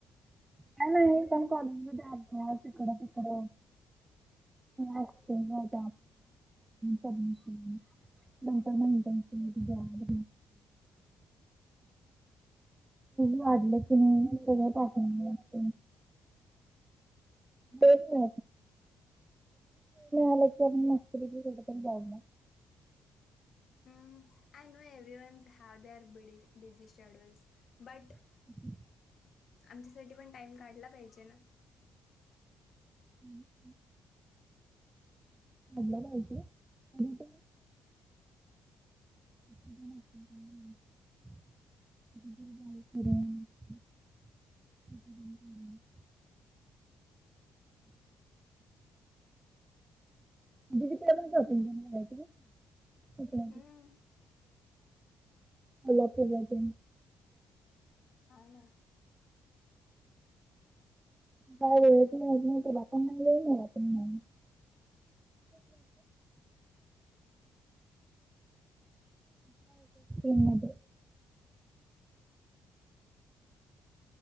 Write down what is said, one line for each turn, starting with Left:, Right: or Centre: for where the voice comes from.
Right: का नाही पण कॉलेज मध्ये तिकड तिकड असमेंट सडमिशन नंतर मटन जॉब वाढले की ट ह एंत र व आलचस् कत पावलं
Left: I know everyone's how they are ब बिझी शेड्यल्स बट
Right: हम्
Left: आमच्यासाठी पण टाइम काढला पाहिजे ना
Right: हम्म मोडलं पाहिजे आणि त बा तिकडे शॉपिंग करूनय क
Left: हम्म
Right: आपर राहते
Left: हा ना
Right: कायण नाहीण काय हों टन म